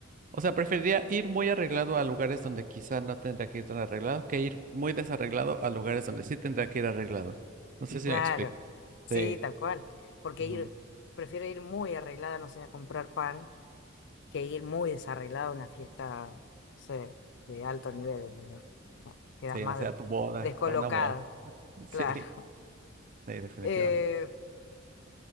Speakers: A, on the right; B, on the left.
A: O sea, preferiría ir muy arreglado a lugares donde quizá no tendría que ir tan arreglado que ir muy desarreglado a lugares donde sí tendría que ir arreglado. No sé si
B: Claro,
A: me explico.
B: sí,
A: Sí,
B: tal cual. Porque
A: ujú,
B: ir, prefiero ir muy arreglada, no sé, a comprar pan que ir muy desarreglado a una fiesta, no sé, de alto nivel, ¿entendés? No, quedas
A: sí,
B: más
A: no sé, a tu boda,
B: descolocado,
A: a una boda. <laughs> Sí,
B: claro.
A: sí,
B: <laughs>
A: definitivamente.
B: Eh,